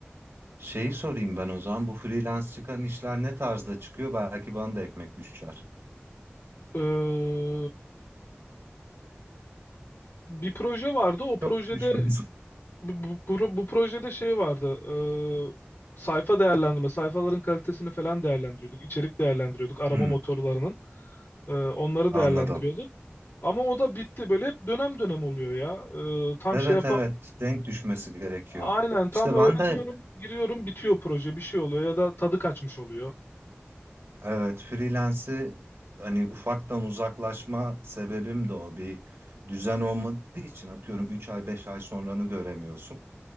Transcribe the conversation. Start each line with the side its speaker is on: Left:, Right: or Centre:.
Right: Şeyi sorayım ben o zaman bu freelance çıkan işler ne tarzda çıkıyor? Belki bana da ekmek düşer.
Left: E, bir proje vardı. O projede
Right: Çok düşmez.
Left: Bu, bu, pro- bu projede şey vardı. eee, sayfa değerlendirme, sayfaların kalitesini falan değerlendiriyorduk. içerik değerlendiriyorduk.
Right: <laughs>
Left: Arama
Right: Hı,
Left: motorlarının. Eee, onları
Right: anladım.
Left: değerlendiriyorduk. Ama o da bitti. Böyle hep dönem dönem oluyor ya. Eee, tam
Right: Evet
Left: şey yapa
Right: evet denk düşmesi gerekiyor.
Left: Aynen tam
Right: İşte
Left: öğreniyorum,
Right: ben de
Left: giriyorum, bitiyor proje. Bir şey oluyor ya da tadı kaçmış oluyor.
Right: evet freelance'i hani ufaktan uzaklaşma sebebim de o. Bir düzen olmadığı için atıyorum 3 ay 5 ay sonranı göremiyorsun.